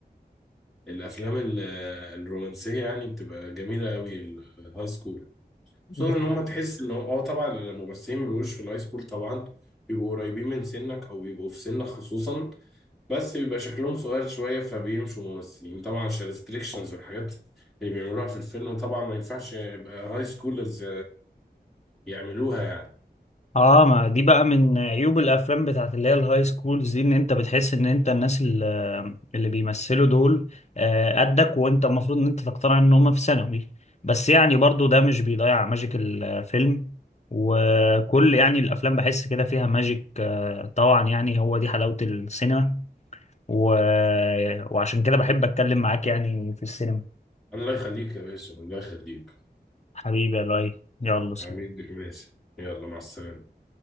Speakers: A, in the centre; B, on the left (about 40°).
A: الأفلام ال- آه، الرومانسية يعني بتبقى جميلة أوي الهاي سكول
B: دي
A: خصوصا ان هم تحس ان هو اه طبعا الممثلين ما بيبقوش في الهاي سكول طبعا بيبقوا قريبين من سنك او بيبقوا في سنك خصوصا بس بيبقى شكلهم صغير شويه فبيمشوا ممثلين طبعا عشان الريستريكشنز والحاجات اللي بيعملوها في الفيلم طبعا ما ينفعش يبقى هاي سكولرز يعملوها يعني
B: اه ما دي بقى من عيوب الافلام بتاعت اللي هي الهاي سكولز دي ان انت بتحس ان انت الناس اللي, اللي بيمثلوا دول آه، قدك وانت المفروض ان انت تقتنع ان هم في ثانوي بس يعني برضو ده مش بيضيع ماجيك الفيلم وكل يعني الافلام بحس كده فيها ماجيك آه، طبعا يعني هو دي حلاوة السينما و... وعشان كده بحب اتكلم معاك يعني في السينما
A: الله يخليك يا باسم الله يخليك
B: حبيبي يا لؤي يلا سلام
A: عميد باسم يلا مع السلامه